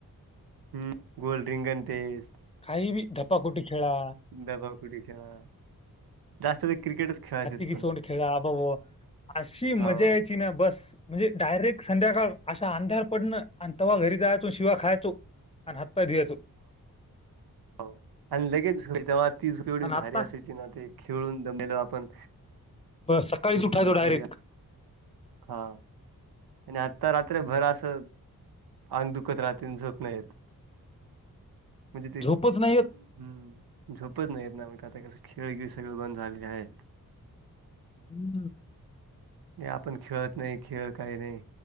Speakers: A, on the right; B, on the left.
A: हम, गोल रिंगण तेस.
B: काही बी धपाकुटी खेळा.
A: दबा कुटी खेळा. जास्त ते क्रिकेटच खेळायचे
B: हत्ती की
A: पण
B: सोंड खेळा अबब, अशी
A: हो.
B: मजा यायची ना बस. म्हणजे डायरेक्ट संध्याकाळ अशा अंधार पडणं आणि तव्हा घरी जायचो शिव्या खायचो. अन हातपाय धुयाचो.
A: होव आणि लगेच तेव्हा ती झोप एवढी
B: आणि
A: भारी
B: आता
A: असायची ना ते खेळून दमलेलो आपण.
B: बस सकाळी उठायचो
A: पूर्ण
B: डायरेक्ट.
A: शरीरात हा आणि आत्ता रात्र भर अस, आंग दुखत राहतं अन झोप नाहीे येत. म्हणजे ते
B: झोपच नाही येत.
A: हम् झोपत नाहीेत ना. म्हणजे आता कसं खेळगिळ सगळं बंद झालेले हाय.
B: हम्म हम
A: हे आपण खेळत नाही खेळ काही नाही.